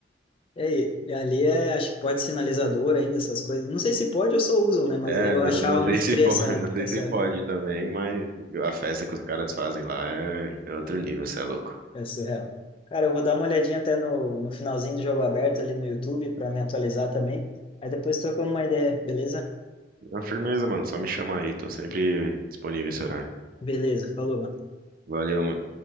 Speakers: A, on the left; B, on the right.
A: e e ali é, acho que pode sinalizador ainda, essas coisas. Não sei se pode ou só usam, né? Mas
B: É,
A: eu
B: não,
A: achava
B: não sei
A: muito estranha
B: se pode,
A: essa época,
B: <laughs> não sei
A: sabe?
B: se pode também, mas a festa que os caras fazem lá é, é outro nível, cê é louco.
A: É surreal. Cara, eu vou dar uma olhadinha até no, no finalzinho do jogo aberto ali no YouTube para me atualizar também. Aí depois trocamos uma ideia, beleza?
B: É firmeza, mano. Só me chama aí, tô sempre disponível esse horário.
A: Beleza, falou, mano.
B: Valeu, mano.